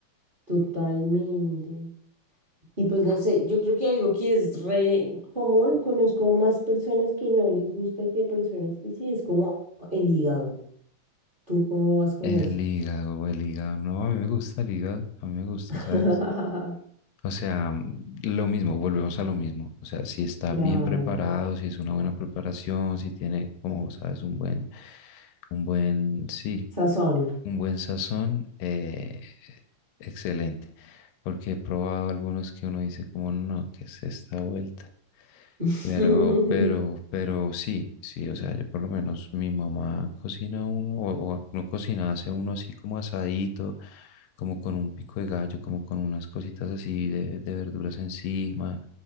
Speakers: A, on the right (about 25°); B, on the left (about 85°).
A: totalmente. Y pues no sé, yo creo que algo que es re común, conozco más personas que no les gusta que personas que sí, es como el hígado. ¿Tú cómo vas con
B: El
A: eso?
B: hígado, el hígado, no, a mí me gusta el hígado, a mí me gusta,
A: <laughs>
B: ¿sabes? O sea, lo mismo, volvemos a lo mismo. O sea, si está
A: Claro,
B: bien preparado, si es una buena preparación, si tiene, como sabes, un buen, un buen, sí,
A: sazón.
B: un buen sazón, eh, excelente, porque he probado algunos que uno dice como, no, ¿qué es esta vuelta?
A: <laughs>
B: Pero, pero, pero sí, sí, o sea, yo por lo menos mi mamá cocina uno, o, o no cocina, hace uno así como asadito, como con un pico de gallo, como con unas cositas así de, de verduras encima